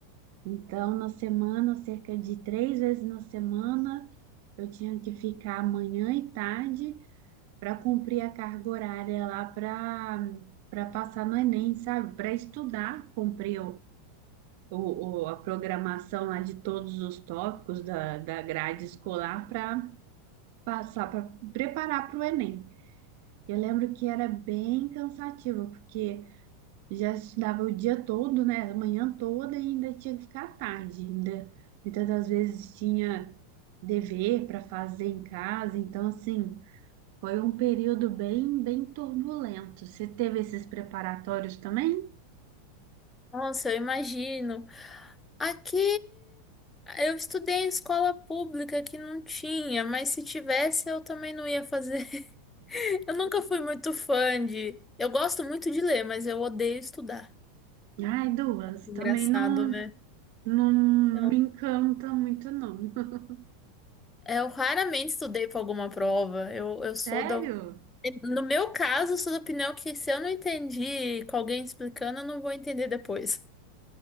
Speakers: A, on the right; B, on the left.
A: Então, na semana, cerca de três vezes na semana, eu tinha que ficar manhã e tarde para cumprir a carga horária lá para para passar no Enem, sabe? Para estudar, cumprir o, o- a programação lá de todos os tópicos da, da grade escolar para passar, para preparar para o Enem. Eu lembro que era bem cansativo, porque já estudava o dia todo, né? A manhã toda e ainda tinha que ficar à tarde. Ainda, muitas das vezes tinha dever para fazer em casa. Então, assim, foi um período bem, bem turbulento. Você teve esses preparatórios também?
B: Nossa, eu imagino. Aqui eu estudei em escola pública que não tinha, mas se tivesse eu também não ia fazer. <laughs> Eu nunca fui muito fã de. Eu gosto muito de ler, mas eu odeio estudar.
A: Ai, duas.
B: Engraçado,
A: Também não,
B: né?
A: não me
B: Então,
A: encanta muito, não. <laughs>
B: eu raramente estudei para alguma prova. Eu, eu sou
A: Sério?
B: da. No meu caso, eu sou da opinião que se eu não entendi com alguém explicando, eu não vou entender depois.